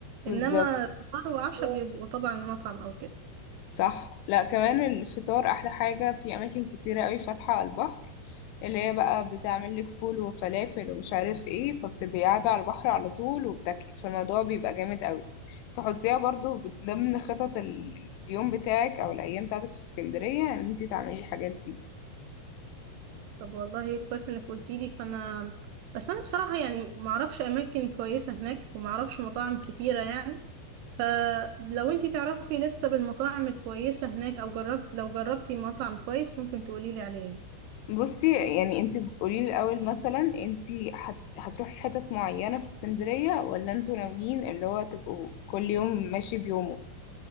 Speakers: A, on the left; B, on the right.
A: بالظبط
B: انما فطار وعشاء بيبقوا طبعا مطعم او كده
A: صح لا كمان الفطار احلى حاجة في اماكن كتيرة قوي فاتحة على البحر اللي هي بقى بتعمل لك فول وفلافل ومش عارف ايه فبتبقي قاعدة على البحر على طول وبتاكلي فالموضوع بيبقى جامد قوي فحطيها برضو بت- ضمن خطط ال- اليوم بتاعك او الايام بتاعتك في اسكندرية ان انتي تعملي الحاجات دي
B: طب والله كويس انك قلتيلي فانا بس انا بصراحة يعني معرفش اماكن كويسة هناك ومعرفش مطاعم كتيرة يعني فلو انتي تعرفي لستة بالمطاعم الكويسة هناك او جربت لو جربتي مطعم كويس ممكن تقوليلي عليه
A: بصي يعني انتي قولي لي الاول مثلا انتي هت... هتروحي حتت معينة في اسكندرية ولا انتوا ناويين اللي هو تبقوا كل يوم ماشي بيومه